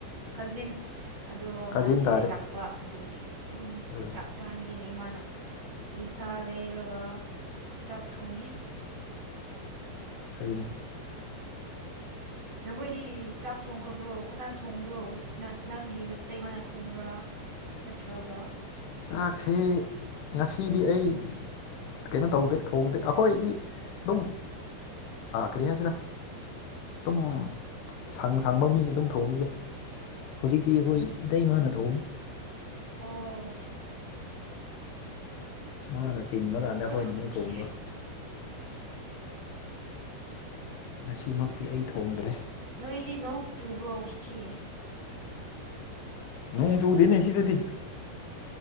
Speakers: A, on the right; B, on the left.
A: ꯀꯖꯤꯟ ꯑꯗꯣ
B: ꯀꯥꯖꯤꯟ
A: ꯃꯥꯁꯦ
B: ꯇꯥꯔꯦ
A: ꯂꯥꯛꯄ ꯑꯗꯨꯒꯤ ꯑꯗꯨꯝ
B: ꯑ
A: ꯆꯥꯛ ꯆꯥꯍꯟꯒ ꯌꯦꯅ ꯏꯃꯥꯅ ꯌꯦꯟꯁꯥ ꯂꯩꯔꯒ ꯆꯥꯛ ꯊꯣꯡꯉꯤ
B: ꯍꯥꯏꯅꯤ
A: ꯅꯈꯣꯏꯗꯤ ꯆꯥꯛ ꯊꯣꯡꯈ꯭ꯔꯕ꯭ꯔꯣ ꯀꯅꯥꯅ ꯊꯣꯡꯕ꯭ꯔꯣ ꯅꯪꯒꯤ ꯅꯥꯇꯩ ꯃꯥꯅ ꯊꯣꯡꯕ꯭ꯔꯥ ꯅꯠꯇ꯭ꯔꯒ
B: ꯆꯥꯛꯁꯤ ꯉꯁꯤꯗꯤ ꯑꯩ ꯀꯩꯅꯣ ꯇꯧꯗꯦ ꯊꯣꯡꯗꯦ ꯑꯩꯈꯣꯏꯗꯤ ꯑꯗꯨꯝ ꯀꯔꯤ ꯍꯥꯏꯁꯤꯔꯥ ꯑꯗꯨꯝ ꯁꯪ ꯁꯪꯕ ꯃꯤ ꯑꯗꯨꯝ ꯊꯣꯡꯈꯤꯗ ꯍꯧꯖꯤꯛꯇꯤ ꯑꯩꯈꯣꯏ
A: ꯑꯣ
B: ꯏꯇꯩ ꯃꯥꯅ ꯊꯧ
A: ꯑꯣ
B: ꯃꯥꯅ ꯆꯤꯟꯕ ꯀꯥꯟꯗ ꯑꯩꯈꯣꯏꯅ
A: ꯑꯣꯀꯦ
B: ꯑꯃꯨꯛ ꯊꯣꯡꯕ ꯉꯁꯤꯃꯛꯇꯤ ꯑꯩ ꯊꯣꯡꯗ꯭ꯔꯦ
A: ꯅꯣꯏꯗꯤ ꯅꯣꯡ ꯆꯨꯕ꯭ꯔꯣ ꯁꯤ
B: ꯅꯣꯡ ꯆꯨꯗꯦꯅꯦ ꯁꯤꯗꯗꯤ